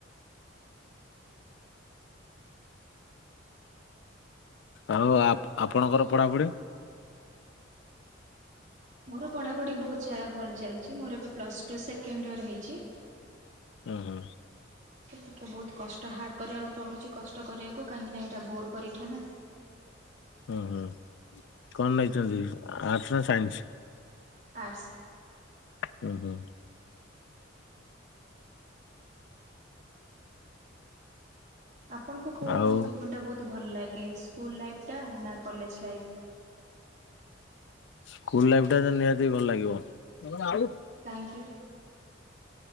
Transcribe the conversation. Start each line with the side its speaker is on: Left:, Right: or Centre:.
Left: ଆଉ ଆ ଆପଣଙ୍କର ପଢାପଢି
Right: ମୋର ପଢ଼ାପଢ଼ି ବହୁତ ଭଲ ଚାଲିଛି ମୋର ଏବେ ପ୍ଲସ୍ ଟୁ ସେକେଣ୍ଡ ଇୟର ହେଇଛି
Left: ଓ ହୋ।
Right: ସେତିକିେ ବହୁତ କଷ୍ଟ ହାର୍ଡ଼ କରିବାକୁ ପଡ଼ୁଛି କଷ୍ଟ କରିବାକୁ କାହିଁକିନା ଏଇଟା ବୋର୍ଡ଼ ପରୀକ୍ଷା ନା
Left: ଓୁଁ ହୁଁ କଣ ନେଇଛନ୍ତି ଆର୍ଟସ୍ ନା ସାଇନ୍ସ?
Right: ଆର୍ଟସ୍
Left: ହୁ ହୋ।
Right: ଆପଣଙ୍କୁ କେଉ
Left: ଆଉ
Right: ଜୀବନଟା ବହୁତ ଭଲ ଲାଗେ ସ୍କୁଲ ଲାଇଫଟା ନା କଲେଜ ଲାଇଫ୍?
Left: ସ୍କୁଲ ଲାଇଫ ଟା ନିହାତି ଭଲ ଲାଗିବ ଆଉ
Right: କାହିଁକି?